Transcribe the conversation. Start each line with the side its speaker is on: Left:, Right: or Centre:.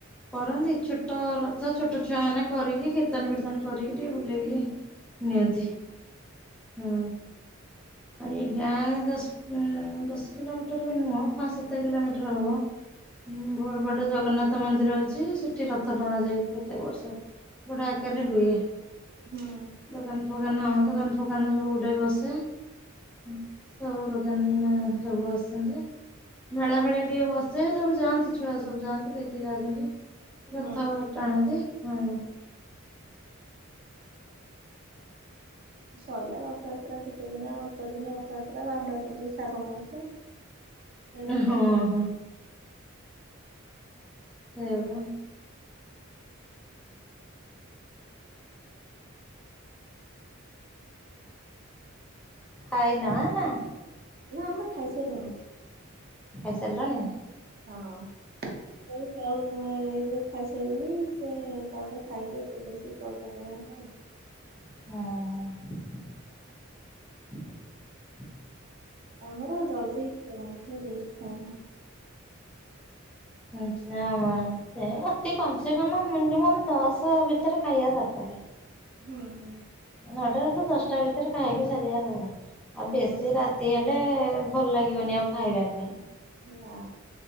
Centre: କରନ୍ତି ଛୋଟ ରଥ ଛୋଟ ଛୁଆ ମାନେ କରିକି କୀର୍ତ୍ତନ ଫୀର୍ତ୍ତନ କରିକି ଟିକେ ବୁଲେଇକି ନିଅନ୍ତି ହଁ। ଏଇ ଗାଁ ଦଶ ଉ-ଉ-ଉ ଦଶ କିଲୋମିଟର ବି ନୁହଁ ପାଞ୍ଚ ସାତ କିଲୋମିଟର ହବ ହଁ ବ ବଡ଼ ଜଗନ୍ନାଥ ମନ୍ଦିର ଅଛି ସେଠି ରଥ ଟଣା ଯାଏ ପ୍ରତ୍ୟେକ ବର୍ଷ। ବଡ଼ା ଆକାରରେ ହୁଏ।
Right: ହୁଁ,
Centre: ଦୋକାନ ଫୋକାନ, ଦୋକାନ ଫୋକାନ ସବୁ ଗୁଡ଼େ ବସେ। ହୁଁ, ସବୁ ଦୋକାନ ସବୁ ଆସନ୍ତି। ମେଳା ଭଳିଆ ଟିକେ ବସେ ସବୁ ଯାଆନ୍ତି ଛୁଆ ସବୁ ଯାଆନ୍ତି ଦେଖିକି ଆସନ୍ତି। ରଥ
Right: ହୁଁ
Centre: ଟାଣନ୍ତି, ହଁ।
Right: ସରିଲା ରଥଯାତ୍ରା କେତେ ଦିନ ଆଉ ଅଳ୍ପ ଦିନ ରଥଯାତ୍ରା ବାହୁଡ଼ା ପଡିୁଛି ଶ୍ରାବଣ ମାସ। ଲେଟରେ
Centre: ହଁ
Right: ପଡୁଛି
Centre: ହଁ। ସେଇ ବା। ଖାଇନ ନା?
Right: ନା ଆମେ ଖାଇ ସାଇଲୁଣୁ।
Centre: ଖାଇ ସାଲଣି?
Right: ହଁ। ଏଇ ଯୋଉ ଖାଇସାରିଲୁଣି ସେ ତାପରେ ଖାଇକି ଉପରେ ଆସି କଲ ଟା କର ଓ ହୋ।
Centre: ହଁ।
Right: ଆମର ଜଲଦି ଖିଆ ଆମର ଲେଟ ଖିଆ ନୁହଁ।
Centre: ହୁଁ ସେ ଅତି କମ ସେ କମ ମିନିମମ ଦଶ ଭିତରେ ଖାଇବା ଦରକାର। <unintelligible>
Right: ହୁଁ ହୁଁ।
Centre: ନଅଟା ରୁ ଦଶଟା ଭିତରେ ଖାଇକି ସାରିବା ଆଉ ବେଶୀ
Right: ହଁ
Centre: ରାତି ହେଲେ ହେଲେ ଭଲ ଲାଗିବନି ଆଉ ଖାଇବା ପାଇଁ।
Right: ନା।